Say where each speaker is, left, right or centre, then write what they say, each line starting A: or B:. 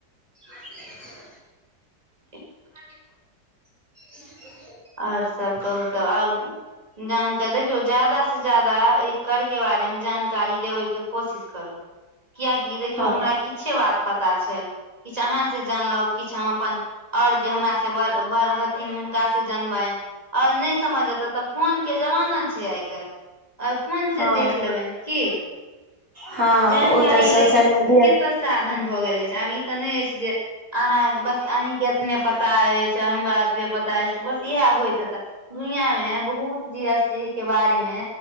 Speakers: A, on the right; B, on the right.
A: <inaudible>
B: एक <unintelligible>
A: <inaudible>
B: आओर सब कहू तब आओर जानकार देखियौ जादा से जादा अइ करके बारेमे जानकारी लेबै के कोशिश करू कियाकि देखियौ
A: हँ
B: हमरा किछे बात पता छैल। किछ अहाँ से जानलहु किछ हम अपन आऔर जे हमरा सेड़ हथिन हुनका से से जानबैनि आओर नहि समझ एते तऽ फोन के जमाना छैय आइ काल्हि। आओर फोन
A: हँ
B: से देख लेबनि की।
A: हँ हँ
B: जानकारी
A: ओ तऽ सोशल
B: लै के
A: मीडिया
B: कतऽ साधन भऽ गेल अछि आब ई तऽ नहि अछि जे अहाँ बस अहीं के अपने पता अछि हमरा एतबे पता अछि बस इएह होयइत हेतऽ। दुनियामे बहुत जी एस टी के बारे मे